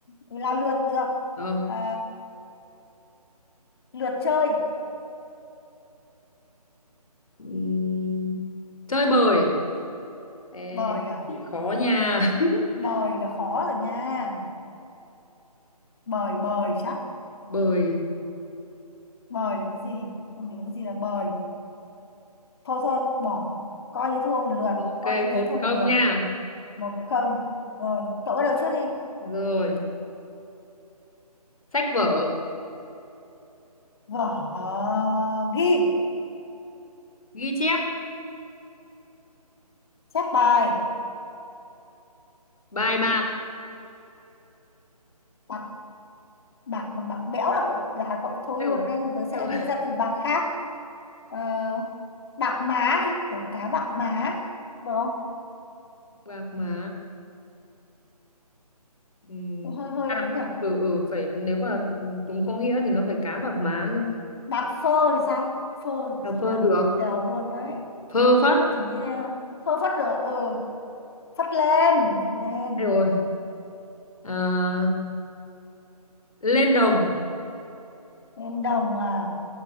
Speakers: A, on the left; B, on the left.
A: là lượt được.
B: Ờ,
A: À, lượt chơi.
B: ừm, chơi bời. Ê,
A: Bời à?
B: khó nha. <laughs>
A: Bời là khó rồi nha. Bời bời chắc.
B: Bời.
A: Bời là cái gì? Không hiểu cái gì là bời. thôi thôi bỏ coi như thua một lượt
B: Ok,
A: coi như tớ
B: một
A: thua một
B: không
A: lượt
B: nha.
A: một không rồi cậu bắt đầu trước đi
B: Rồi. sách vở
A: vở ghi
B: ghi chép
A: chép bài
B: bài bạc
A: bạc bạc mà bạc bẽo là cậu là cậu thôi
B: Ai
A: luôn
B: dồi,
A: đấy nhưng tớ
B: ai
A: sẽ
B: dồi,
A: nghĩ ra từ bạc khác Ờ, bạc má đi kiểu cá bạc má được không
B: bạc má Ừm,
A: Thì hơi hơi
B: à,
A: ấy nhỉ
B: ừ ừ phải nếu mà đúng có nghĩa thì nó phải cá bạc má cơ
A: bạc phơ thì sao phơ
B: đọc phơ
A: là
B: được
A: cậu tèo luôn đấy
B: phơ phất
A: cậu thử nghĩ ra. phơ phất được à? ừ phất lên phất lên
B: Ai rồi à, lên đồng
A: lên đồng à